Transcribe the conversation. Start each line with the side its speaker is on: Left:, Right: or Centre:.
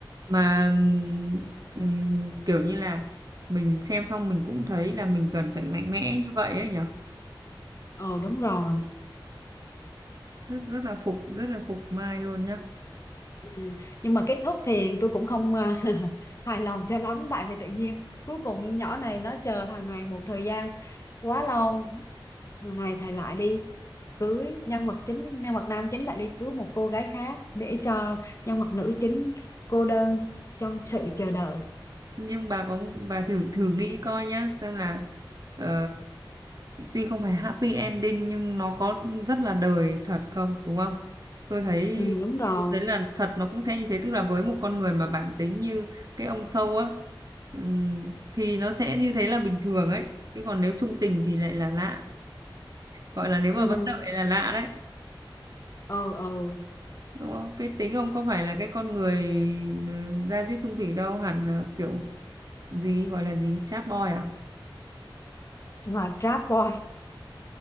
Right: mà, ừm, ừm, kiểu như là mình xem xong mình cũng thấy là mình cần phải mạnh mẽ như vậy ấy nhở.
Left: ờ đúng rồi
Right: Rất rất là phục, rất là phục Mai luôn nhá.
Left: ừ. nhưng mà kết thúc thì tôi cũng không ờ, <laughs> hài lòng cho lắm tại vì tự nhiên cuối cùng nhỏ này nó chờ thằng này một thời gian quá lâu thằng này thầy lại đi cưới nhân vật chính nhân vật nam chính lại đi cứu một cô gái khác để cho nhân vật nữ chính cô đơn trong sự chờ đợi
Right: nhưng bà có bà thử thử nghĩ coi nhá xem là ờ, tuy không phải happy ending nhưng nó có rất là đời thật không đúng không tôi thấy
Left: ừ, đúng rồi
Right: tôi thấy là thật nó cũng sẽ như thế tức là với một con người mà bản tính như cái ông sâu á ừm, thì nó sẽ như thế là bình thường ấy chứ còn nếu trung tình thì lại là lạ gọi là nếu mà
Left: ừ
Right: vẫn đợi là lạ đấy
Left: ừ ừ
Right: đúng không cái tính ông có phải là cái con người ừ, ra diết chung thủy đâu hẳn là kiểu gì gọi là gì chap boy à
Left: là trap boy